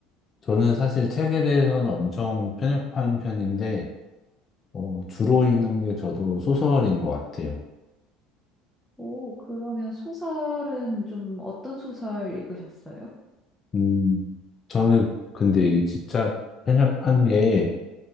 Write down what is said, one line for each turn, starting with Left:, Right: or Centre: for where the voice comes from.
Left: 저는 사실 책에 대해서는 엄청 편협한 편인데, 어, 주로 읽는 게 저도 소설인 것 같아요.
Centre: 오, 그러면 소설은 좀 어떤 소설 읽으셨어요?
Left: 음, 저는 근데 이게 진짜 편협한 게,